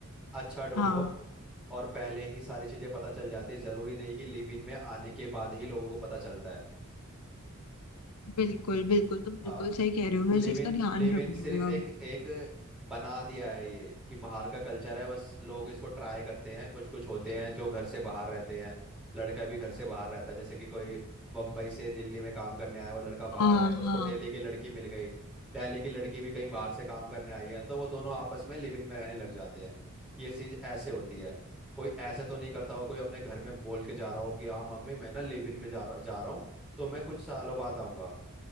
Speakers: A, in the centre; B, on the left.
A: अच्छा ढूंढो
B: हाँ
A: और पहले ही सारी चीजें पता चल जाती है जरूरी नहीं कि लिव इन में आने के बाद ही लोगों को पता चलता है
B: बिल्कुल बिल्कुल तुम बिल्कुल
A: हाँ
B: सही कह रहे
A: लिविन
B: हो मैं इस चीज का ध्यान
A: लिविन
B: रखूंगा
A: सिर्फ एक एक बना दिया है ये कि बाहर का कल्चर है बस लोग इसको ट्राई करते हैं कुछ कुछ होते हैं जो घर से बाहर रहते हैं लड़का भी घर से बाहर रहता है जैसे कि कोई बम्बई से दिल्ली में काम करने आया वो लड़का बाहर
B: हाँ
A: है उसको
B: हाँ
A: दिल्ली की लड़की मिल गई दिल्ली की लड़की भी कहीं बाहर से काम करने आई है तो वो दोनों आपस में लिव इन में रहने लग जाते हैं ये चीज ऐसे होती है कोई ऐसे तो नहीं करता हो कोई अपने घर में बोल के जा रहा हो कि हाँ मम्मी मैं ना लिव इन में जा रहा जा रहा हूँ तो मैं कुछ सालों बाद आऊंगा